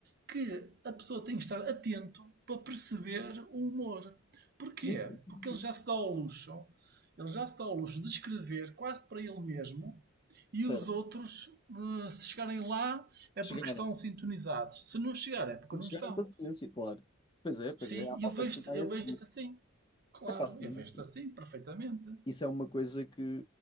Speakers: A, on the right; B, on the left.
A: que a pessoa tem que estar atento para perceber o humor. Porquê?
B: Sim, sim, sim,
A: Porque
B: sim.
A: ele já se dá ao luxo, ele já se dá ao luxo de escrever quase para ele mesmo e os
B: Certo.
A: outros, eh, se chegarem lá, é
B: Chegar.
A: porque estão sintonizados. Se não chegar, é porque
B: Não
A: não
B: chegaram
A: estão.
B: paciência, claro. Pois é, pois
A: Sim,
B: é, há malta
A: eu vejo-te,
B: que vai
A: eu
B: assim.
A: vejo-te assim. Claro,
B: É pá, sim,
A: eu vejo-te
B: isso,
A: assim, perfeitamente.
B: isso é uma coisa que,